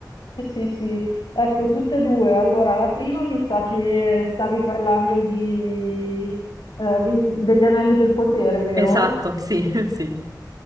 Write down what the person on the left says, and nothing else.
Sì, sì, sì. Ecco, tutte e due. Allora, la prima mi sa che stavi parlando di, eh, di- degli anelli del potere, vero?